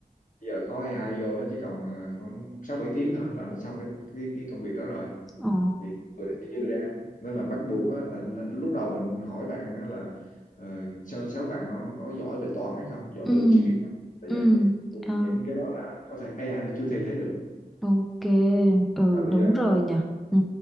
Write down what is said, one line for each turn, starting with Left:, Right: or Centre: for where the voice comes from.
Left: bây giờ có AI vô nó chỉ còn ờ, khoảng 6 7 tiếng thôi là nó xong cái cái, cái công việc đó rồi
Centre: Ồ,
Left: thì người nó sẽ dư ra nên là bắt buộc á, là n- lúc đầu mình hỏi bạn á, là ờ, sao sao bạn nó nó có giỏi về toán hay không giỏi
Centre: ừ,
Left: về logic hay không là
Centre: ừ,
Left: vậy thì
Centre: à,
Left: những cái đó là có thể AI nó chưa thay thế được
Centre: ok, ừ
Left: là bây
Centre: đúng
Left: giờ
Centre: rồi nhỉ. Ừ.